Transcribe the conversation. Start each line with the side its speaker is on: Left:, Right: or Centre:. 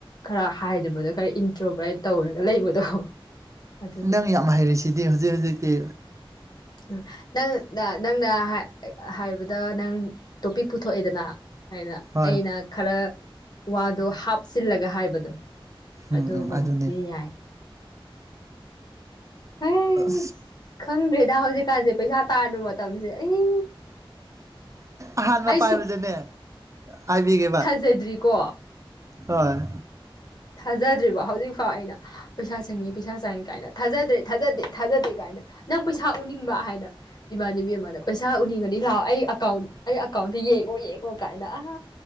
Left: ꯈꯔ ꯍꯥꯏꯗꯕꯗꯣ ꯈꯔ ꯏꯟꯇ꯭ꯔꯣꯕꯔ꯭ꯠ ꯇꯧꯔꯒ ꯂꯩꯕꯗꯣ ꯑꯗꯨꯒꯤ
Right: ꯅꯪ ꯌꯥꯝ ꯍꯩꯔꯤꯁꯤꯗꯤ ꯍꯧꯖꯤꯛ ꯍꯧꯖꯤꯛꯇꯤ
Left: ꯎ ꯅꯪ ꯅꯪꯅ ꯍꯥꯏꯕꯗ ꯅꯪ ꯇꯣꯄꯤꯛ ꯄꯨꯊꯣꯛꯑꯦꯗꯅ ꯍꯥꯏꯅ
Right: ꯍꯣꯏ
Left: ꯑꯩꯅ ꯈꯔ ꯋꯥꯗꯣ ꯍꯥꯞꯆꯤꯜꯂꯒ ꯍꯥꯏꯕꯗꯣ
Right: ꯎꯝ
Left: ꯑꯗꯨꯒꯨꯝꯕꯗꯤ
Right: ꯎꯝ ꯑꯗꯨꯅꯦ
Left: ꯌꯥꯏ ꯑꯩꯁ
Right: ꯑ
Left: ꯈꯪꯗ꯭ꯔꯦꯗ ꯍꯧꯖꯤꯛꯀꯥꯟꯁꯦ ꯄꯩꯁꯥ ꯇꯥꯔꯨ ꯃꯇꯝꯁꯦ ꯑꯩ
Right: ꯑꯍꯥꯟꯕ
Left: ꯑꯩ
Right: ꯄꯥꯏꯕꯗꯅꯦ
Left: ꯁꯨꯛ
Right: ꯍꯥꯏꯕꯤꯒꯦꯕ
Left: ꯁꯦꯗ꯭ꯔꯤꯀꯣ
Right: ꯍꯣꯏ
Left: ꯊꯥꯖꯗ꯭ꯔꯤꯕ ꯍꯧꯖꯤꯛꯐꯥꯎ ꯑꯩꯅ ꯄꯩꯁꯥ ꯆꯪꯏꯤ ꯄꯩꯁꯥ ꯆꯪꯏ ꯀꯥꯏꯅ ꯊꯥꯖꯗ꯭ꯔꯦ ꯊꯥꯖꯗꯦ ꯊꯥꯖꯗꯦ ꯀꯥꯏꯅ ꯅꯪ ꯄꯩꯁꯥ ꯎꯅꯤꯡꯕ ꯍꯥꯏꯅ ꯏꯃꯥꯟꯅꯕꯤ ꯑꯃꯅ ꯄꯩꯁꯥ ꯎꯅꯤꯡꯉꯅꯤ ꯂꯥꯛꯑꯣ ꯑꯩ ꯑꯀꯥꯎꯟ ꯑꯩ ꯑꯀꯥꯎꯟꯗ ꯌꯦꯡꯉꯣ ꯌꯦꯡꯉꯣ ꯀꯥꯏꯅ ꯑꯥ